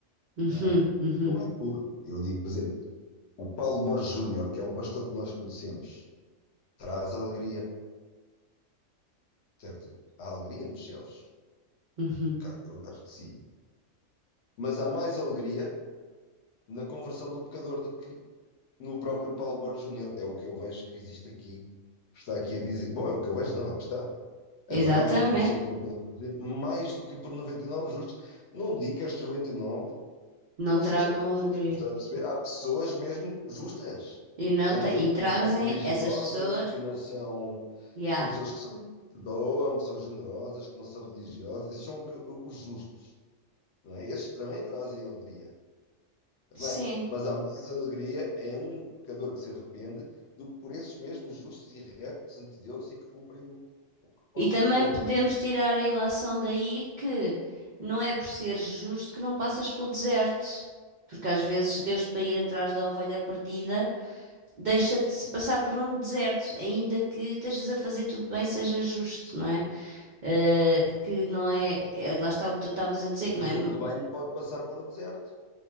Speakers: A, on the right (about 65°); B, on the left (about 65°).
A: Uhum,
B: não é?
A: uhum,
B: Não é puro. Eu digo, por exemplo, o Paulo Borges Júnior, que é um pastor que nós conhecemos, traz alegria, certo? Há alegria nos céus.
A: uhum.
B: Ok, Eu acho que sim. Mas há mais alegria na conversão do pecador do que no próprio Paulo Borges Júnior. É o que eu vejo que existe aqui, está aqui a dizer. Bom, é o que eu vejo, não, é o que está.
A: Exatamente.
B: Haverá alegria no céu por um pecador presente, mais do que por 99 justos. Não digo que estes 99
A: Não
B: não
A: tragam
B: sejam mesmo justos,
A: alegria.
B: está a perceber? Há pessoas mesmo justas.
A: E, não
B: Ante
A: tra- e
B: eu, que
A: trazem
B: não são religiosas,
A: essas pessoas.
B: que não são.
A: Yeah.
B: São pessoas que são, perdoam, que são generosas, que não são religiosas. Esses são o que- o- os justos, não é? Estes também trazem alegria, também.
A: Sim,
B: Mas há mais alegria em um pecador que se arrepende do que por esses mesmos justos e retos ante Deus e que cumprem o, o propósito
A: E também
B: dele.
A: podemos tirar a ilação daí que não é por ser justo que não passas pelo deserto. Porque às vezes Deus, para ir atrás da ovelha perdida, deixa-te passar por um deserto, ainda que estejas a fazer tudo bem, seja justo, não é? Eh, que não é, é- Lá está o que tu estavas a dizer,
B: Às
A: que
B: vezes
A: não é.
B: o rebanho pode passar por um deserto.